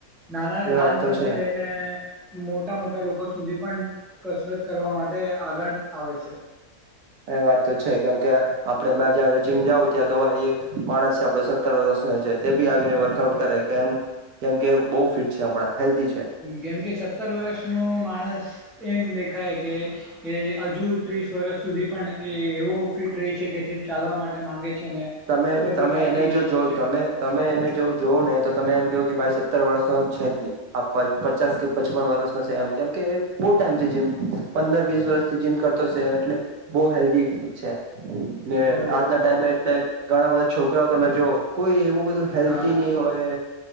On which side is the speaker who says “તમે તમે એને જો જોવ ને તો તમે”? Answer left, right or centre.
Right